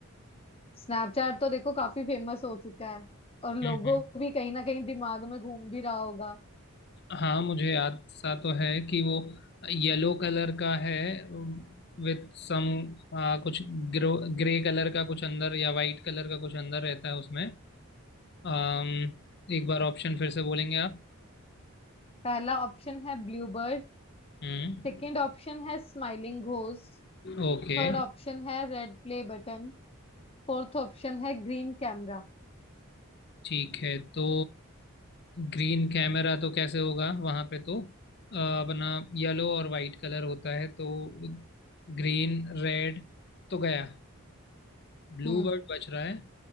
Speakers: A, on the left; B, on the left.
A: स्नैपचैट तो देखो काफी फेमस हो चुका है और लोगो
B: हम्म हम्म
A: भी कहीं ना कहीं दिमाग में घूम भी रहा होगा
B: हाँ मुझे याद सा तो है कि वो येलो कलर का है विथ सम कुछ ग्रो ग्रे कलर का कुछ अंदर या वाइट कलर का कुछ अंदर रहता है उसमें अम एक बार ऑप्शन फिर से बोलेंगे आप
A: पहला ऑप्शन है ब्लू बर्ड
B: हम्म
A: सेकेंड ऑप्शन है स्माइलिंग घोस्ट
B: ओके
A: थर्ड ऑप्शन है red play button Fourth option है ग्रीन कैमरा
B: ठीक है तो ग्रीन कैमरा तो कैसे होगा वहाँ पे तो अ, अपना येलो और वाइट कलर होता है तो ग्रीन रेड तो गया ब्लू
A: हम्म
B: बर्ड बज रहा है